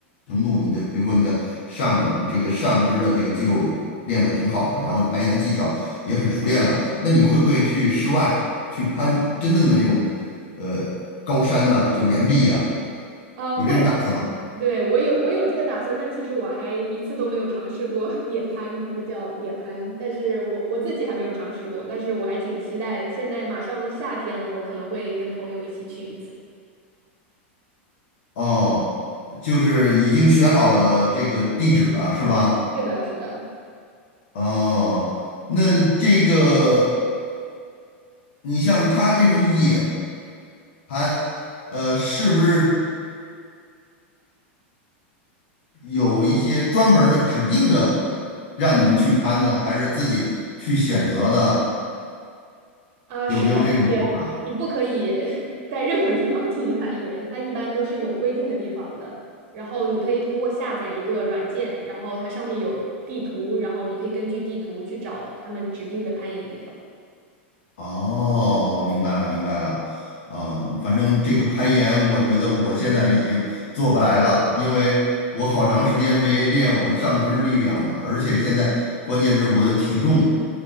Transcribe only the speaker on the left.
程度，你的比如说你的上这个上肢的这个肌肉练得挺好的，然后你攀岩的技巧也很熟练了，那你会不会去室外去攀真正的一种呃高山呢？就是岩壁呀、
有这种打算吗？
哦，就是已经选好了这个地址了，是吧？
哦，那这个你像他这种野攀，呃，是不是？有一些专门儿的指定的让你们去攀呢，还是自己去选择的？
有没有这种说法？
哦，我明白了，明白了。嗯，反正这个攀岩，我觉得我现在已经做不来了，因为我好长时间没练我的上肢力量了，而且现在关键是我的体重